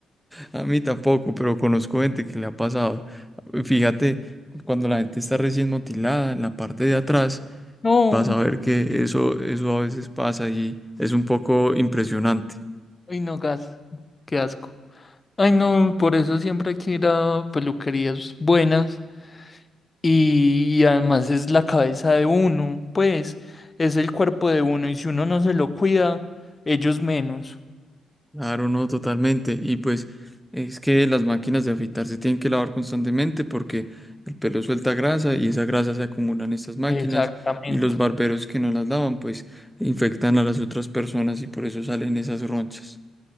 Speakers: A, in the centre; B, on the left (about 30°).
A: A mí tampoco, pero conozco gente que le ha pasado. Fíjate, cuando la gente está recién motilada en la parte de atrás,
B: No,
A: vas a ver que eso, eso a veces pasa y es un poco impresionante.
B: ay no, gas, qué asco. Ay no, por eso siempre hay que ir a peluquerías buenas. Y, y además es la cabeza de uno, pues es el cuerpo de uno y si uno no se lo cuida, ellos menos.
A: Claro, no, totalmente. Y pues es que las máquinas de afeitar se tienen que lavar constantemente porque el pelo suelta grasa y esa grasa se acumula en estas máquinas
B: Exactamente.
A: y los barberos que no las lavan pues infectan a las otras personas y por eso salen esas ronchas.